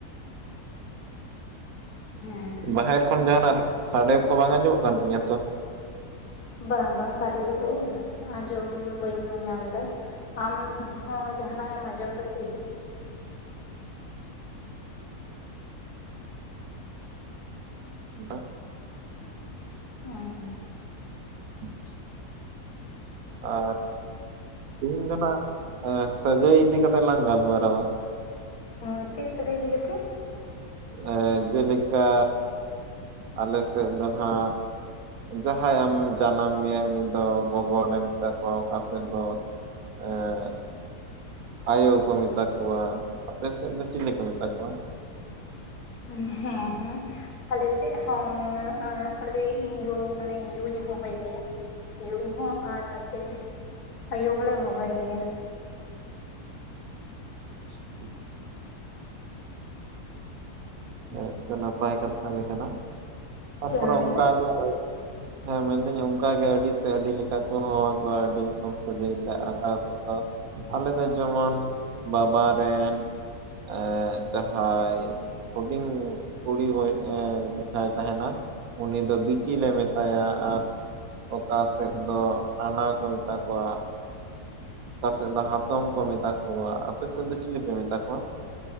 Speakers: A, on the left; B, on the right.
A: ᱦᱮᱸ᱾
B: ᱵᱟᱦᱮᱨ ᱠᱷᱚᱱ ᱡᱟᱦᱟᱸᱱᱟᱜ ᱥᱟᱰᱮ ᱠᱚ ᱵᱟᱝ ᱟᱸᱡᱚᱢᱚᱜ ᱠᱟᱱ ᱛᱤᱧᱟᱹ ᱛᱚ?
A: ᱵᱟᱝ ᱵᱟᱝ ᱥᱟᱰᱮ ᱠᱚᱫᱚ, ᱟᱸᱡᱚᱢ ᱵᱟᱹᱧ ᱧᱟᱢ ᱮᱫᱟ᱾ ᱟᱢ ᱦᱚᱸ ᱡᱟᱦᱟᱱᱟᱜ ᱮᱢ ᱟᱸᱡᱚᱢ ᱮᱫᱟ ᱠᱤ?
B: ᱵᱟᱝ ᱾
A: ᱦᱮᱸ ᱾
B: <inaudible> ᱚ ᱛᱤᱦᱤᱧ ᱫᱚ ᱱᱟᱜ᱾ ᱮ ᱥᱟᱹᱜᱟᱹᱭ ᱤᱫᱤ ᱠᱟᱛᱮᱜ ᱞᱟᱝ ᱜᱟᱞᱢᱟᱨᱟᱣᱟ ᱾
A: ᱦᱩᱸ ᱪᱮᱫ ᱥᱟᱹᱜᱟᱹᱭ ᱤᱫᱤ ᱠᱟᱛᱮ?
B: ᱮ ᱡᱮᱞᱮᱠᱟ, ᱟᱞᱮ ᱥᱮᱫ ᱫᱚ ᱱᱟᱜ, ᱡᱟᱦᱟᱸᱭ ᱟᱢᱮ ᱡᱟᱱᱟᱢ ᱢᱮᱭᱟᱭ ᱩᱱᱤ ᱫᱚ ᱜᱚᱜᱚᱞᱮ ᱢᱮᱛᱟ ᱠᱚᱣᱟ ᱚᱠᱟ ᱥᱮᱫ ᱮ ᱟᱭᱳ ᱠᱚ ᱢᱮᱛᱟ ᱠᱚᱣᱟ᱾ ᱟᱯᱮ ᱥᱮᱫ ᱫᱚ ᱪᱤᱞᱤ ᱠᱚ ᱢᱮᱛᱟ ᱠᱚᱣᱟ?
A: ᱦᱩᱸ ᱦᱮᱸ᱾ ᱟᱞᱮ ᱥᱮᱫ ᱦᱚᱸ ᱟᱞᱮ ᱫᱚ ᱤᱧ ᱫᱚ ᱢᱟᱱᱮ ᱭᱩᱧ ᱦᱚᱦᱚᱭ ᱜᱮᱭᱟ᱾ ᱭᱩ ᱦᱚᱸ ᱟᱨ ᱱᱚᱛᱮ, ᱟᱭᱳ ᱦᱚᱸ ᱞᱮ ᱦᱚᱦᱚᱭ ᱜᱮᱭᱟ᱾
B: <inaudible> ᱟᱭᱩᱵ ᱛᱮ ᱱᱟᱯᱟᱭ ᱠᱟᱛᱷᱟ ᱜᱮ ᱠᱟᱱᱟ᱾ ᱛᱟᱨᱯᱚᱨᱮ
A: ᱪᱮᱫ ᱮᱢ ᱢᱮᱱᱫᱟ
B: ᱚᱱᱠᱟᱜᱮ ᱦᱮᱸ ᱢᱮᱱᱫᱟᱹᱧ ᱚᱱᱠᱟᱜᱮ ᱟᱹᱰᱤ ᱥᱮ ᱟᱹᱰᱤ ᱞᱮᱠᱟ ᱠᱚ ᱦᱚᱸᱦᱚᱸ ᱟᱠᱚᱣᱟ᱾ ᱟᱹᱰᱤ ᱨᱚᱠᱚᱢ ᱥᱟᱹᱜᱟᱹᱭᱛᱮ ᱟᱠᱟᱥ᱾ ᱟᱫᱚ, ᱟᱞᱮ ᱫᱚ ᱡᱮᱢᱚᱱ ᱵᱟᱵᱟ ᱨᱮᱱ᱾ ᱮᱸᱻ ᱡᱟᱦᱟᱸᱭ ᱦᱩᱰᱤᱧ ᱠᱩᱲᱤ ᱵ ᱮ ᱡᱟᱦᱟᱸᱭ ᱛᱟᱦᱮᱸᱱᱟ ᱩᱱᱤ ᱫᱚ ᱵᱤᱴᱤ ᱞᱮ ᱢᱮᱛᱟᱭᱟ᱾ ᱟᱨ ᱚᱠᱟ ᱥᱮᱫ ᱫᱚ ᱱᱟᱱᱟ ᱦᱚᱸ ᱠᱚ ᱢᱮᱛᱟ ᱠᱚᱣᱟ᱾ ᱚᱠᱟ ᱥᱮᱫ ᱫᱚ ᱦᱟᱛᱚᱢ ᱠᱚ ᱢᱮᱛᱟ ᱠᱚᱣᱟ᱾ ᱟᱯᱮ ᱥᱮᱫ ᱫᱚ ᱪᱤᱞᱤ ᱯᱮ ᱢᱮᱛᱟ ᱠᱚᱣᱟ?